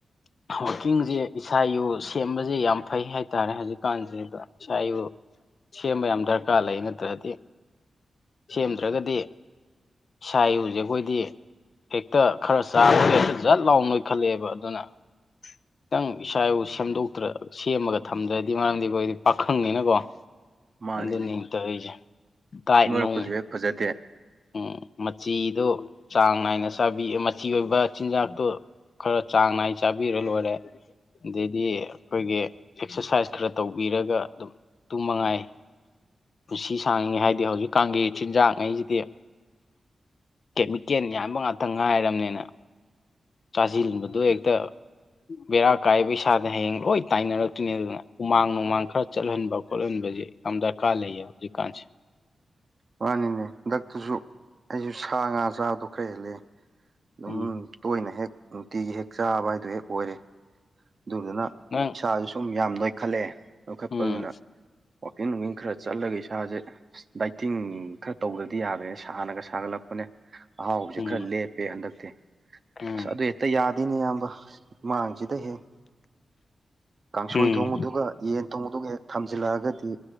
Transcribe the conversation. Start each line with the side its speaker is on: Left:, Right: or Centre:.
Left: ꯋꯥꯀꯤꯡꯁꯦ ꯏꯁꯥ ꯏꯨ ꯁꯦꯝꯕꯁꯦ ꯌꯥꯝ ꯐꯩ ꯍꯥꯏꯇꯥꯔꯦ ꯍꯧꯖꯤꯛꯀꯥꯟꯁꯦ ꯑꯗ ꯑꯦꯁꯥ ꯑꯦꯔꯨ ꯁꯦꯝꯕ ꯌꯥꯝ ꯗꯔꯀꯥꯔ ꯂꯩ ꯅꯠꯇ꯭ꯔꯗꯤ ꯁꯦꯝꯗ꯭ꯔꯒꯗꯤ ꯏꯁꯥꯎꯁꯦ ꯑꯩꯈꯣꯏꯗꯤ ꯍꯦꯛꯇ ꯈꯔ ꯆꯥꯕꯒ ꯖꯠ ꯂꯥꯎꯅ ꯅꯤꯏꯈꯠꯂꯛꯑꯦꯕ ꯑꯗꯨꯅ ꯈꯤꯇꯪ ꯏꯁꯥ ꯏꯕꯨ ꯁꯦꯝꯗꯣꯛꯇ ꯁꯦꯝꯃꯒ ꯊꯝꯗ꯭ꯔꯗꯤ ꯃꯔꯝꯗꯤ ꯑꯩꯈꯣꯏꯗꯤ ꯄꯥꯈꯪꯅꯤꯅꯀꯣ
Right: ꯃꯥꯅꯤꯅꯦ
Left: ꯑꯗꯨꯅꯤ ꯇꯧꯔꯤꯁꯦ ꯗꯤꯠ
Right: ꯅꯣꯏꯔꯛꯄꯁꯨ
Left: ꯅꯣꯡ
Right: ꯍꯦꯛ ꯐꯖꯗꯦ
Left: ꯎꯝ ꯃꯆꯤꯗꯣ ꯆꯥꯡ ꯅꯥꯏꯅ ꯆꯥꯕꯤ ꯃꯆꯤ ꯑꯣꯏꯕ ꯆꯤꯟꯖꯥꯛꯇꯣ ꯈꯔ ꯆꯥꯡ ꯅꯥꯏ ꯆꯥꯕꯤꯔ ꯂꯣꯏꯔꯦ ꯑꯗꯩꯗꯤ ꯑꯩꯈꯣꯏꯒꯤ ꯑꯦꯛꯁꯔꯁꯥꯏꯁ ꯈꯔ ꯇꯧꯕꯤꯔꯒ ꯑꯗꯨꯝ ꯇꯨꯝ ꯃꯉꯥꯏ ꯄꯨꯟꯁꯤ ꯁꯥꯡꯉꯉꯦ ꯍꯥꯏꯗꯤ ꯍꯧꯖꯤꯛꯀꯥꯟꯒꯤ ꯆꯤꯟꯖꯥꯛ ꯉꯩꯁꯤꯗꯤ ꯀꯦꯃꯤꯀꯦꯟ ꯌꯥꯝꯕ ꯉꯥꯛꯇ ꯉꯥꯏꯔꯕꯅꯤꯅ ꯆꯥꯁꯤꯟꯕꯗꯣ ꯍꯦꯛꯇ ꯕꯦꯔꯥ ꯀꯥꯏꯕ ꯏꯁꯥꯗ ꯍꯌꯦꯡ ꯂꯣꯏ ꯇꯥꯏꯅꯔꯛꯇꯧꯅꯤꯕ ꯑꯗꯨꯅ ꯎꯃꯥꯡ ꯅꯨꯡꯃꯥꯡ ꯈꯔ ꯆꯠꯍꯟꯕ ꯈꯣꯇꯅꯕꯁꯦ ꯌꯥꯝ ꯗꯔꯀꯥꯔ ꯂꯩꯌꯦꯕ ꯍꯧꯖꯤꯛꯀꯥꯟꯁꯦ
Right: ꯃꯥꯅꯤꯅꯦ ꯍꯟꯗꯛꯇꯨꯁꯨ ꯑꯩꯁꯨ ꯁꯥ ꯉꯥ ꯆꯥꯕꯗ ꯈꯔ ꯍꯦꯜꯂꯛꯑꯦ ꯑꯗꯨꯝ
Left: ꯎꯝ
Right: ꯇꯣꯏꯅ ꯍꯦꯛ ꯅꯨꯡꯇꯤꯒꯤ ꯍꯦꯛ ꯆꯥꯕ ꯍꯥꯏꯗꯣ ꯍꯦꯛ ꯑꯣꯏꯔꯦ ꯑꯗꯨꯗꯨꯅ
Left: ꯅꯒ
Right: ꯏꯁꯥꯁꯦ ꯁꯨꯝ ꯌꯥꯝ ꯅꯣꯏꯈꯠꯂꯛꯑꯦ ꯅꯣꯏꯈꯠꯄꯗꯨꯅ
Left: ꯎꯝ
Right: ꯋꯥꯛꯀꯤꯡ ꯅꯣꯡꯀꯤꯡ ꯈꯔ ꯆꯠꯂꯒ ꯏꯁꯥꯁꯦ ꯗꯥꯏꯇꯤꯡ ꯈꯔ ꯇꯧꯗꯗꯤ ꯌꯥꯗ꯭ꯔꯦꯅꯦ ꯁꯥꯥꯟꯅꯒ ꯁꯥꯒꯠꯂꯛꯄꯅꯦ ꯑꯍꯥꯎꯕꯁꯦ
Left: ꯎꯝ
Right: ꯈꯔ ꯂꯦꯞꯄꯦ ꯍꯟꯗꯛꯇꯤ
Left: ꯎꯝ
Right: ꯑꯁ ꯑꯗꯁ ꯑ ꯌꯥꯗꯦꯅꯤ ꯏꯌꯥꯝꯕ ꯃꯥꯡꯁꯤꯗ ꯍꯦꯛ ꯀꯥꯡꯁꯣꯏ
Left: ꯎꯝ
Right: ꯊꯣꯡꯗꯨꯒ ꯌꯦꯟ ꯊꯣꯡꯗꯨꯒ ꯍꯦꯛꯛꯇ ꯊꯝꯖꯤꯜꯂꯛꯑꯒꯗꯤ